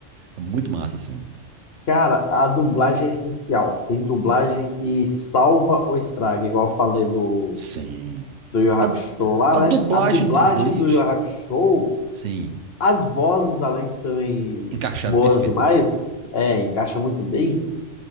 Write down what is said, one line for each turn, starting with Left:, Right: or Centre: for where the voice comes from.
Right: É muito massa, assim.
Left: Cara, a dublagem é essencial. Tem dublagem que salva ou estraga, igual eu falei do,
Right: Sim.
Left: do Yu Yu Hakusho
Right: A,
Left: lá,
Right: a
Left: né?
Right: dublagem
Left: A dublagem
Right: do Bleach,
Left: do Yu Yu Hakusho,
Right: sim,
Left: as vozes, além de serem
Right: encaixaram
Left: boas
Right: perfeito
Left: demais,
Right: ali.
Left: é, encaixa muito bem.